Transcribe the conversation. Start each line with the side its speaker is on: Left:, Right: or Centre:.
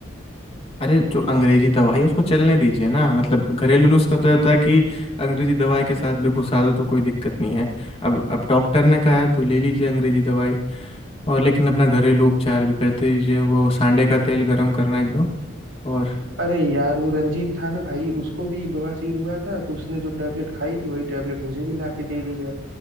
Left: अरे जो अंग्रेजी दवाई है उसको चलने दीजिए ना मतलब घरेलू नुस्खा तो ये होता है कि अंग्रेजी दवाई के साथ भी घुसा दो तो कोई दिक्कत नहीं है अब अब डॉक्टर ने कहा है तो ले लीजिए अंग्रेजी दवाई और लेकिन अपना घरेलू उपचार भी करते रहिए वो सांडे का तेल गर्म करना एकदम और
Right: अरे यार वो रंजीत था ना भाई उसको भी बवासीर हुआ था तो उसने जो टेबलेट खाई थी वही टेबलेट मुझे भी ला के दे दी है